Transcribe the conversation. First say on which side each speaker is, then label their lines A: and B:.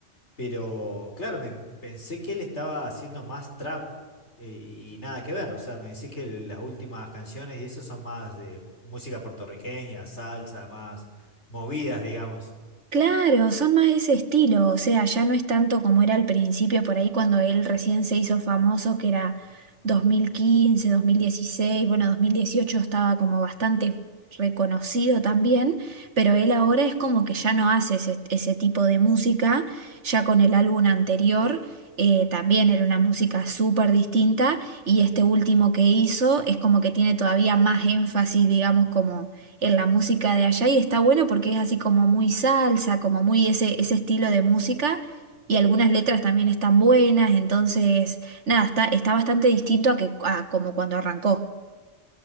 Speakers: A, on the left (about 70°); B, on the right (about 75°).
A: Pero claro, me pensé que él estaba haciendo más trap eh, y nada que ver. O sea, me decís que las últimas canciones y eso son más de música puertorriqueña, salsa, más movidas, digamos.
B: Claro, son más de ese estilo, o sea, ya no es tanto como era al principio, por ahí cuando él recién se hizo famoso, que era dos dos mil quince, dos mil dieciséis, bueno, 2018 estaba como bastante reconocido también, pero él ahora es como que ya no hace ese, ese tipo de música, ya con el álbum anterior eh, también era una música súper distinta y este último que hizo es como que tiene todavía más énfasis, digamos, como en la música de allá y está bueno porque es así como muy salsa, como muy ese, ese estilo de música y algunas letras también están buenas, entonces nada, está, está bastante distinto a, que, a como cuando arrancó.